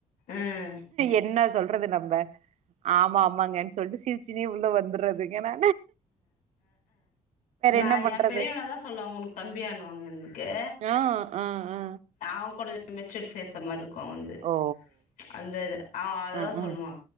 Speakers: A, on the left; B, on the right.
A: ஆ
B: என்ன சொல் றது நம்ம ஆமா ஆமாங்கன்னு சொல்ட்டு சிரிச்சுனே உள்ள வந்துறது ஏனா
A: நா
B: என்ன பண்றது
A: எ பெரியவன தா சொல்லுவாங்க உனக்கு தம்பியானு வாங்க என்க்கு
B: அ அ அ
A: ஆவெ கொட <inaudible> மெச்சூடு ஃபேஸ் மாரி இருக்கு அவன்து
B: ஓ
A: அந்த இது அவ அதுதா
B: ஆ ஆ
A: சொல்லுவா
B: ஆ